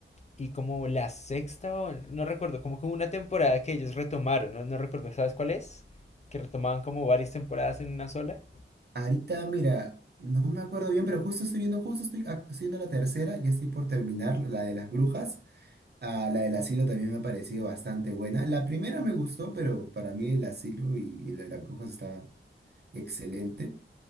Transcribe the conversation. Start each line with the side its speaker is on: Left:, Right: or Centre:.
Left: y como la sexta, o- no recuerdo, como que hubo una temporada que ellos retomaron, ¿no? No recuerdo, ¿sabes cuál es? Que retomaban como varias temporadas en una sola.
Right: Ahorita, mira, no me acuerdo bien, pero justo estoy viendo, justo estoy, ac- estoy viendo la tercera, ya estoy por terminar la de las brujas. Ah, la del asilo también me ha parecido bastante buena. La primera me gustó, pero para mí el asilo y, y la de las brujas está excelente.